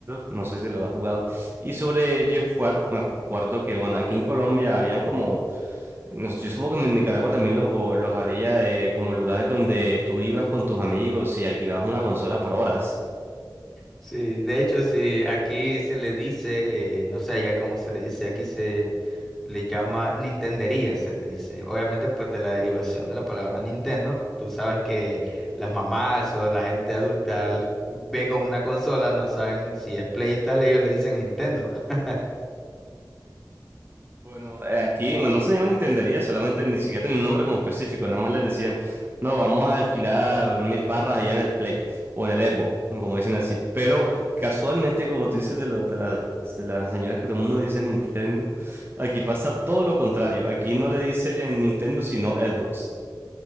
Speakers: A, on the right; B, in the centre.
A: no sé si lo has jugado. Y sobre God of War, me acuerdo que, bueno, aquí en Colombia habían como, no sé, yo supongo que en Nicaragua también los, los había de como lugares donde tú ibas con tus amigos y alquilabas una consola por horas.
B: Sí, de hecho, sí, aquí se le dice, eh, no sé ya cómo se le dice, aquí se le llama Nintendería, se le dice. Obviamente, pues de la derivación de la palabra Nintendo, tú sabes que las mamás o la gente adulta al- ve con una consola, no saben si es Play y tal, ellos le dicen Nintendo. <laughs>
A: Bueno, eh, aquí, bueno, no se llamaban intendería, solamente ni siquiera tenía un nombre como específico, nada más les decían, no, vamos a alquilar mil barras allá en el Play o en el Expo, como dicen así. Pero eh, casualmente, como tú dices de, lo- de, las, de las señoras que todo el mundo dice Nintendo, aquí pasa todo lo contrario. Aquí no le dicen Nintendo, sino Xbox.